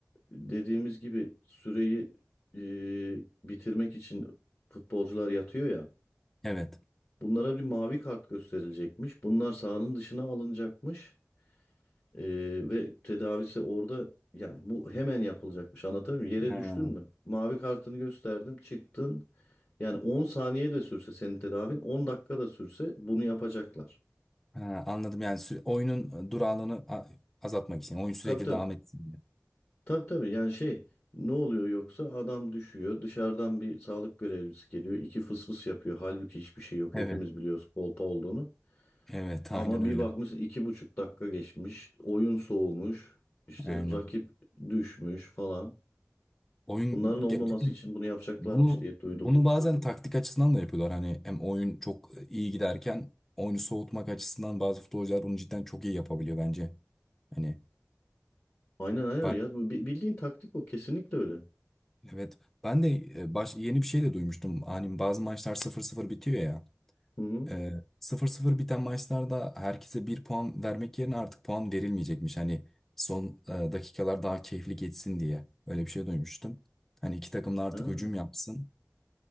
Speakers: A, on the left; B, in the centre.
A: dediğimiz gibi süreyi e, bitirmek için futbolcular yatıyor ya.
B: Evet.
A: Bunlara bir mavi kart gösterilecekmiş. Bunlar sahanın dışına alınacakmış. Ee, ve tedavisi orada yani bu hemen yapılacakmış anlatabiliyor muyum? Yere
B: Ha,
A: düştün mü? Mavi kartını gösterdim çıktın. Yani 10 saniye de sürse senin tedavin 10 dakika da sürse bunu yapacaklar.
B: ha, anladım yani sü- oyunun e, durağanlığını a- azaltmak için. Oyun sürekli
A: Tabii tabii.
B: devam etsin diye.
A: Tabii tabii yani şey ne oluyor yoksa adam düşüyor dışarıdan bir sağlık görevlisi geliyor iki fıs fıs yapıyor. Halbuki hiçbir şey yok
B: Evet.
A: hepimiz biliyoruz kolpa olduğunu.
B: Evet
A: Ama
B: aynen öyle.
A: bir bakmışsın iki buçuk dakika geçmiş oyun soğumuş işte
B: Aynen.
A: rakip düşmüş falan.
B: Oyun
A: Bunların
B: ge-
A: olmaması için bunu yapacaklarmış
B: Bunu
A: diye duydum.
B: bunu bazen taktik açısından da yapıyorlar. Hani hem oyun çok iyi giderken oyunu soğutmak açısından bazı futbolcular bunu cidden çok iyi yapabiliyor bence. Hani
A: Aynen aynen
B: bak
A: ya. Bu bi- Bildiğin taktik o. Kesinlikle öyle.
B: evet ben de e, baş, yeni bir şey de duymuştum. Hani bazı maçlar sıfır sıfır bitiyor ya.
A: Hı hı.
B: E, sıfır 0 biten maçlarda herkese bir puan vermek yerine artık puan verilmeyecekmiş. Hani son e, dakikalar daha keyifli geçsin diye. Öyle bir şey duymuştum. Hani iki takım da artık
A: Ha,
B: hücum yapsın.